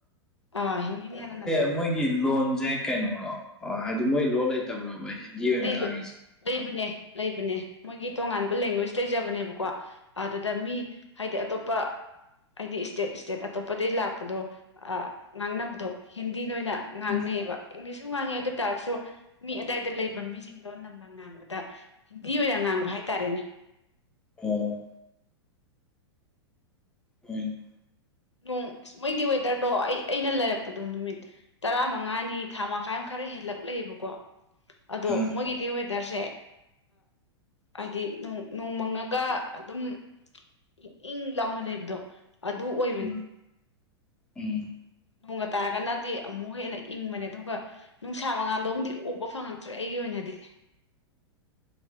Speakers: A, on the left; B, in the centre.
A: ꯑꯥ ꯍꯤꯟꯗꯤꯅ ꯍꯦꯟꯅ ꯅꯝꯅ ꯉꯥꯡꯕꯅꯦ
B: <unintelligible> ꯀꯩꯅꯣꯔꯣ ꯍꯥꯏꯗꯤ ꯃꯣꯏ ꯂꯣ ꯂꯩꯇꯕ꯭ꯔꯕ ꯍꯤꯟꯗꯤ ꯑꯣꯏꯅ
A: ꯂꯩꯕ
B: ꯉꯥꯡꯉꯤꯁꯦ
A: ꯂꯩꯕꯅꯦ ꯂꯩꯕꯅꯦ ꯃꯣꯏꯒꯤ ꯇꯣꯉꯥꯟꯕ ꯂꯦꯡꯒ꯭ꯋꯦꯖ ꯂꯩꯖꯕꯅꯦꯕꯀꯣ ꯑꯗꯨꯗ ꯃꯤ ꯍꯥꯏꯗꯤ ꯑꯇꯣꯞꯄ ꯍꯥꯏꯗꯤ ꯏꯁꯇꯦꯠ ꯏꯁꯇꯦꯠ ꯑꯇꯣꯞꯄꯗꯒꯤꯩ ꯂꯥꯛꯄꯗꯣ ꯉꯥꯡꯅꯕꯗꯣ ꯍꯤꯟꯗꯤꯅ ꯑꯣꯏꯅ ꯉꯥꯡꯅꯩꯕ
B: ꯎꯝ
A: ꯏꯪꯂꯤꯁꯁꯨ ꯉꯥꯡꯉꯦ ꯑꯗꯨ ꯇꯥꯔꯒꯁꯨ ꯃꯤ ꯑꯗꯥꯏꯗ ꯂꯩꯕ ꯃꯤꯁꯤꯡꯗꯣ ꯅꯝꯅ ꯉꯥꯡꯕꯗ ꯍꯤꯟꯗꯤ ꯑꯣꯏꯅ ꯉꯥꯡꯕ ꯍꯥꯏꯇꯥꯔꯦꯅꯦ
B: ꯑꯣ ꯍꯣꯏ
A: ꯅꯣꯡ ꯑꯁ ꯃꯣꯏꯗꯤ ꯋꯦꯗꯔꯗꯣ ꯑꯩ ꯑꯩꯅ ꯂꯩꯔꯛꯄꯗꯣ ꯅꯨꯃꯤꯠ ꯇꯔꯥ ꯃꯉꯥꯅꯤ ꯊꯥ ꯃꯈꯥꯏ ꯑꯃ ꯈꯔ ꯍꯦꯜꯂꯛꯂꯦꯕꯀꯣ ꯑꯗꯣ
B: ꯑ
A: ꯃꯣꯏꯒꯤꯗꯤ ꯗꯔꯁꯦ ꯍꯥꯏꯗꯤ ꯅꯣꯡꯃꯪꯉꯒ ꯑꯗꯨꯝ ꯏꯪ ꯏꯪ ꯂꯥꯎꯅ ꯂꯩꯕꯗꯣ ꯑꯗꯨ ꯑꯣꯏ
B: ꯎꯝ ꯎꯝ
A: ꯅꯣꯡꯒ ꯇꯥꯔꯒꯅꯗꯤ ꯑꯃꯨꯛ ꯍꯦꯟꯅ ꯏꯪꯕꯅꯦ ꯑꯗꯨꯒ ꯅꯨꯡꯁꯥ ꯃꯉꯥꯟꯗꯨꯃꯗꯤ ꯎꯕ ꯐꯪꯉꯛꯇ꯭ꯔꯦ ꯑꯩꯒꯤ ꯑꯣꯏꯅꯗꯤ